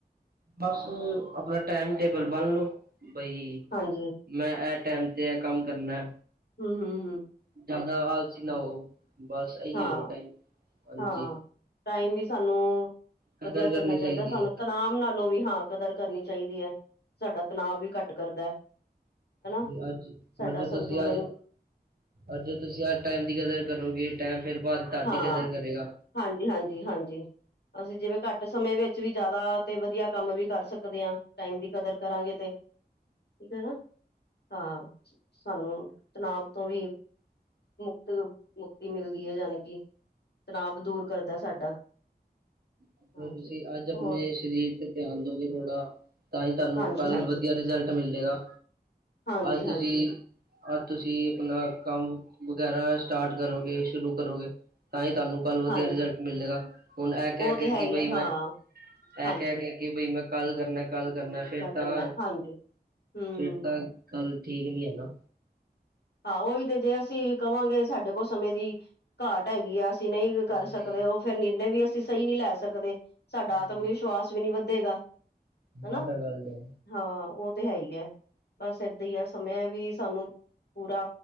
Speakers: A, on the right (about 65°); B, on the left (about 75°).
A: ਬਸ ਆਪਣਾ ਟੈਮ-ਟੇਬਲ ਬਨਲੋ ਬਈ
B: ਹਾਂਜੀ
A: ਮੈਂ ਇਹ ਟੈਮ ਤੇ ਇਹ ਕੰਮ ਕਰਨਾ-
B: ਹੂੰ-ਹੂੰ-ਹੂੰ।
A: ਜ਼ਿਆਦਾ ਆਲਸੀ ਨਾ ਹੋ ਬਸ ਇਹ ਈ
B: ਹਾਂ
A: ਏ ਟਾਇਮ ਹਾਂਜੀ।
B: ਹਾਂ ਟਾਈਮ ਵੀ ਸਾਨੂੰ
A: ਕਦਰ
B: ਵਧੀਆ ਕਰਨਾ
A: ਕਰਨੀ
B: ਚਾਹੀਦਾ
A: ਚਾਹੀਦੀ
B: ਸਾਨੂੰ ਤਨਾਮ ਨਾਲੋਂ ਵੀ ਹਾਂ ਕਦਰ ਕਰਨੀ ਚਾਹੀਦੀ ਹੈ ਸਾਡਾ ਤਨਾਵ ਵੀ ਘੱਟ ਕਰਦਾ। ਹਨਾ
A: ਜ ਅੱਜ-ਅੱਜ
B: ਸਾਡਾ ਸੰਤੁਲਨ
A: ਤੁਸੀਂ ਅੱਜ ਅੱਜ ਤੁਸੀਂ ਅ ਟਾਈਮ ਦੀ ਕਦਰ ਕਰੋਗੇ ਟਾਈਮ ਫਿਰ ਬਾਅਦ ਤੁਹਾਡੀ
B: ਹਾਂ
A: ਕਦਰ ਕਰੇਗਾ
B: ਹਾਂਜੀ-ਹਾਂਜੀ-ਹਾਂਜੀ ਅਸੀਂ ਜਿਵੇਂ ਘੱਟ ਸਮੇਂ ਵਿੱਚ ਵੀ ਜ਼ਿਆਦਾ ਤੇ ਵਧੀਆ ਕੰਮ ਵੀ ਕਰ ਸਕਦੇ ਹਾਂ ਟਾਈਮ ਦੀ ਕਦਰ ਕਰਾਂਗੇ ਤੇ ਤੇ ਠੀਕ ਹੈ ਨਾ ਹਾਂ ਤੇ ਸਾਨੂੰ ਤਨਾਵ ਤੋਂ ਵੀ ਮੁਕਤ ਮੁਕਤੀ ਮਿਲਦੀ ਏ ਯਾਣੀ ਤਨਾਵ ਦੂਰ ਕਰਦਾ ਸਾਡਾ।
A: ਅਗਰ
B: ਹਾਂਜੀ
A: ਤੁਸੀਂ ਅੱਜ ਆਪਣੇ
B: ਹੋਰ
A: ਸਰੀਰ ਤੇ ਧਿਆਨ ਦੋਗੇ ਥੋੜ੍ਹਾ ਤਾਂ ਹੀ ਤੁਹਾਨੂੰ
B: ਹਾਂਜੀ
A: ਕੱਲ
B: ਹਾਂਜੀ
A: ਵਧੀਆ ਰਿਜ਼ਲਟ ਮਿਲੇਗਾ
B: ਹਾਂਜੀ
A: ਅੱਜ ਤੁਸੀਂ
B: ਹਾਂਜੀ
A: ਅੱਜ ਤੁਸੀਂ ਆਪਣਾ ਕੰਮ ਵਗੈਰਾ ਸਟਾਰਟ ਕਰੋਗੇ ਸ਼ੁਰੂ ਕਰੋਗੇ ਤਾਂ ਹੀ ਤਾਨੂੰ । ਕੱਲ ਵਧੀਆ
B: ਹਾਂਜੀ
A: ਰਿਜਲਟ ਮਿਲੇਗਾ ਹੁਣ ਇਹ
B: ਉਹ
A: ਕਹਿ ਕੇ
B: ਤੇ ਹੈ
A: ਕਿ
B: ਹੀ
A: ਬਾਈ
B: ਹੈ ਹਾਂ
A: ਮੈਂ
B: ਹਾਂਜੀ
A: ਇਹ ਕਹਿ ਕੇ ਕੇ ਬਈ ਮੈਂ ਕੱਲ ਕਰਨਾ ਕੱਲ ਕਰਨਾ ਫੇਰ
B: ਗੱਲ ਕਰਨਾ
A: ਤਾਂ
B: ਹਾਂਜੀ ਹਮ
A: ਫੇਰ ਤਾਂ ਕੱਲ ਠੀਕ ਨੀ ਹੈਗਾ।
B: ਹਾਂ ਉਹੀ ਤੇ ਜੇ ਅਸੀਂ ਕਵਾਗੇ, ਸਾਡੇ ਕੋਲ ਸਮੇਂ ਦੀ ਘਾਟ ਹੈਗੀ ਆ। ਅਸੀਂ ਨਈ ਕਰ
A: ਹਾਂਜੀ
B: ਸਕਦੇ, ਉਹ ਫੇਰ ਨਿਰਨੇ ਵੀ ਅਸੀਂ ਸਹੀ ਨੀ ਲੈ ਸਕਦੇ। ਸਾਡਾ
A: ਹਮ
B: ਆਤਮ ਵਿਸ਼ਵਾਸ ਵੀ ਨੀ ਵੱਧੇਗਾ।
A: ਇਹ
B: ਹਨਾ
A: ਤਾਂ ਗੱਲ ਏ
B: ਹਾਂ ਉਹ ਤੇ ਹੈ ਇ ਹੈ ਬਸ ਏਦਾਂ ਹੀ ਆ, ਸਮੇਂ ਵੀ ਸਾਨੂੰ ਪੂਰਾ